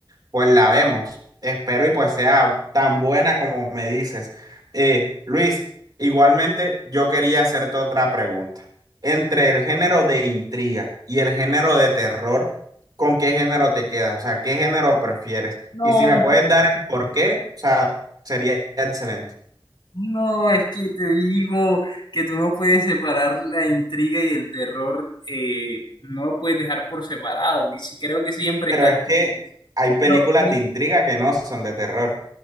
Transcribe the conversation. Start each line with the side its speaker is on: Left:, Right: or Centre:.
Right: pues la vemos. Espero y pues sea tan buena como me dices. Eh, Luis, igualmente yo quería hacerte otra pregunta. Entre el género de intriga y el género de terror, ¿con qué género te quedas? O sea, ¿qué género prefieres?
Left: No,
Right: Y si me puedes dar el por qué, o sea, sería excelente.
Left: no, es que te digo que tú no puedes separar la intriga y el terror, eh, no lo puedes dejar por separado, que sí- creo que siempre
Right: Pero
Left: están...
Right: es que hay películas
Left: juntos.
Right: de intriga que no son de terror.